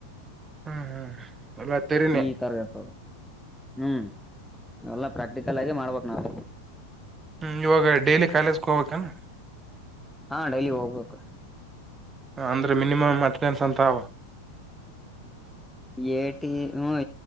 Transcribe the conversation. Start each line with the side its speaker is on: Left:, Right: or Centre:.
Right: ಹ್ಮ್ ಹ್ಮ್ ಎಲ್ಲ ತೆರಿನೇ
Centre: ಈ ತರಗತ ಹ್ಮ್ ಎಲ್ಲ ಪ್ರಾಕ್ಟಿಕಲ್ ಆಗಿ ಮಾಡ್ಬೇಕೇಕ್ು ನಾವ
Right: ಹ್ಮ್ ಇವಾಗ ಡೈಲಿ ಕಾಯಾಲೇಜಗೆ ಹೋಗ್ಬೇಕಾನ
Centre: ಹಾ ಡೈಲಿ ಹೋಗ್ಬೇಕು
Right: ಅಂದ್ರೆ ಮಿನಿಮ್ ಅತ್ತೆನ್ಸ್ ಅಂತ ಅವ
Centre: <inaudible> ಏಿ ಹ